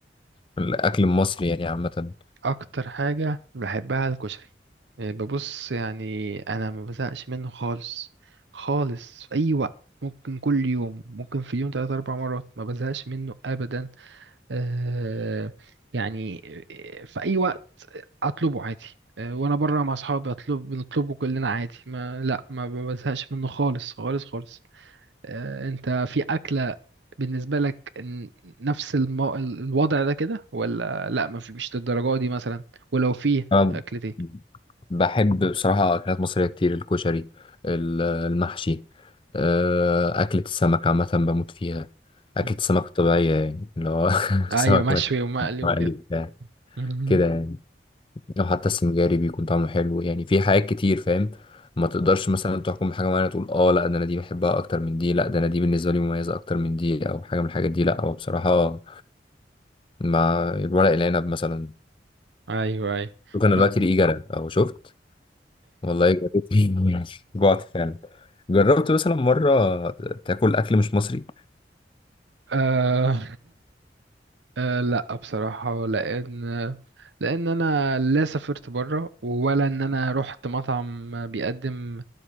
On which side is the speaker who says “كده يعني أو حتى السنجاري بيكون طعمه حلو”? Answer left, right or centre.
Left